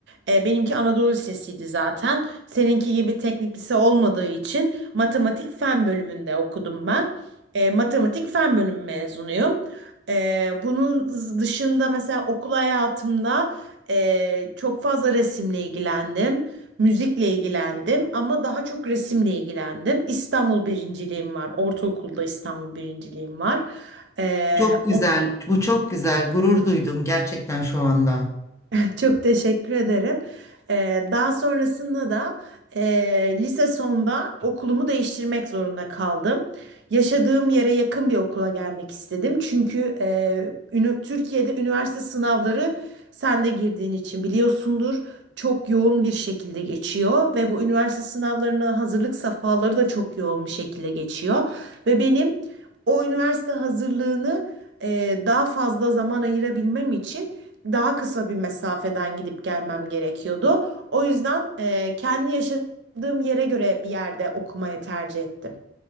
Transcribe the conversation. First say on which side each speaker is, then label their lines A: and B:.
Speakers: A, on the right; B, on the left.
A: Ee, benimki Anadolu Lisesi'ydi zaten. Seninki gibi teknik lise olmadığı için matematik fen bölümünde okudum ben. Ee, matematik fen bölümü mezunuyum. Ee, bunun dışında mesela okul hayatımda e, çok fazla resimle ilgilendim. Müzikle ilgilendim ama daha çok resimle ilgilendim. İstanbul birinciliğim var. Ortaokulda İstanbul birinciliğim var. Ee,
B: Çok güzel. Bu çok güzel. Gurur duydum gerçekten şu anda.
A: <laughs> Çok teşekkür ederim. Ee, daha sonrasında da e, lise sonda okulumu değiştirmek zorunda kaldım. Yaşadığım yere yakın bir okula gelmek istedim. Çünkü e, ünü- Türkiye'de üniversite sınavları sen de girdiğin için biliyorsundur. Çok yoğun bir şekilde geçiyor ve bu üniversite sınavlarına hazırlık safhaları da çok yoğun bir şekilde geçiyor. Ve benim o üniversite hazırlığını e, daha fazla zaman ayırabilmem için daha kısa bir mesafeden gidip gelmem gerekiyordu. O yüzden e, kendi yaşadığım yere göre bir yerde okumayı tercih ettim.